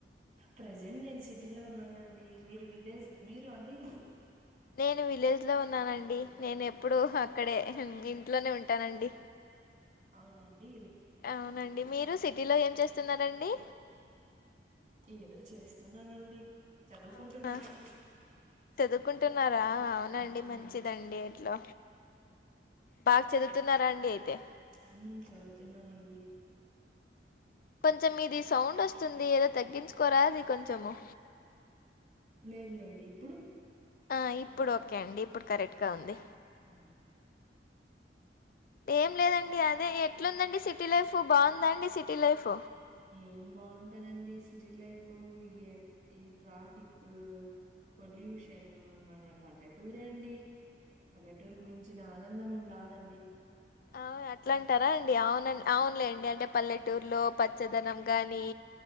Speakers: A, on the right; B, on the left.
A: ప్రజెంట్ నేను సిటీలో ఉన్నానండి మీరు విలేజ్ లో మీరు అండి
B: నేను విలేజ్ లో ఉన్నానండి నేను ఎప్పుడు అక్కడే ఇంట్లోనే ఉంటానండి
A: అవునండి
B: అవునండి మీరు సిటీలో ఏం చేస్తున్నారండి
A: ఏదో చేస్తున్నానండి చదువుకుంటున్నానండి
B: అవునా చదువుకుంటున్నారా అవునండి
A: మ్మ్
B: మంచిదండి ఎట్లా బాగా చదువుతున్నారా అండి అయితే
A: హ చదువుతున్నామండి
B: కొంచెం ఇది సౌండ్ వస్తుంది ఏదో తగ్గించుకోరా అది కొంచము
A: లేదులేండి ఇప్పుడు
B: ఆ ఇప్పుడు ఓకే అండి ఇప్పుడు కరెక్ట్గా
A: ఆ,
B: ఉంది
A: ఆ.
B: ఏం లేదండి అదే ఎట్లుందండి సిటీ లైఫ్ బాగుందాండి సిటీ లైఫ్
A: ఏం బాగుంటదండి సిటీ లైఫ్ ఈ ఈ ట్రాఫిక్ పొల్యూషన్ మన పల్లెటూర అండి పల్లెటూరుకి మించిన ఆనందం రాదండి
B: అవు అట్లా అంటారా అండి అవున అవునులే అండి అంటే పల్లెటూరులో పచ్చదనం గాని